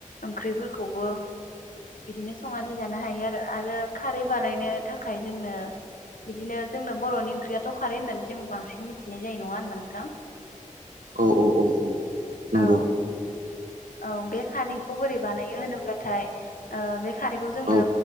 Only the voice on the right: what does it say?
औ औ औ औ नंगौ।
औ